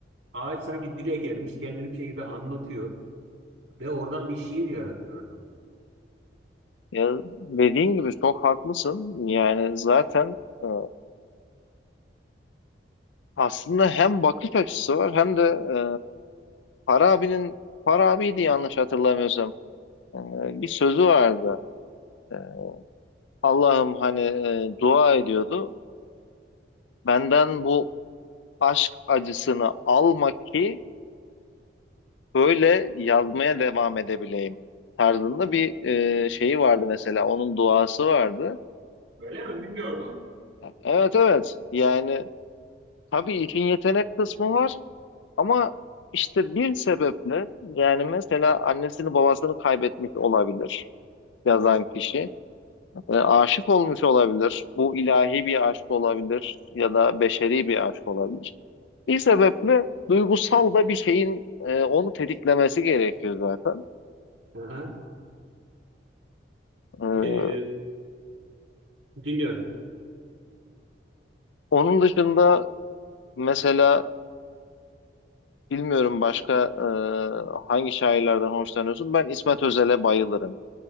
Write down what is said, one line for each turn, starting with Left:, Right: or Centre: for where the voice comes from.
Right: ağaç sanki dile gelmiş kendini bir şekilde anlatıyor ve oradan bir şiir yaratıyor adam.
Left: Ya, dediğin gibi çok haklısın. Yani zaten e, aslında hem bakış açısı var hem de e, Farabi'nin Farabi'ydi yanlış hatırlamıyorsam. E, bir sözü vardı. E, Allah'ım hani e, dua ediyordu. Benden bu aşk acısını alma ki böyle yazmaya devam edebileyim tarzında bir e, şeyi vardı mesela onun duası vardı.
Right: Öyle mi? Bilmiyordum.
Left: Evet evet yani tabii işin yetenek kısmı var ama işte bir sebeple yani mesela annesini babasını kaybetmiş olabilir yazan kişi. E, aşık olmuş olabilir. Bu ilahi bir aşk olabilir ya da beşeri bir aşk olabilir. Bir sebeple duygusal da bir şeyin e, onu tetiklemesi gerekiyor zaten.
Right: Hı
Left: E,
Right: Ee, dinliyorum.
Left: onun dışında Mesela bilmiyorum başka e, hangi şairlerden hoşlanıyorsun? Ben İsmet Özel'e bayılırım.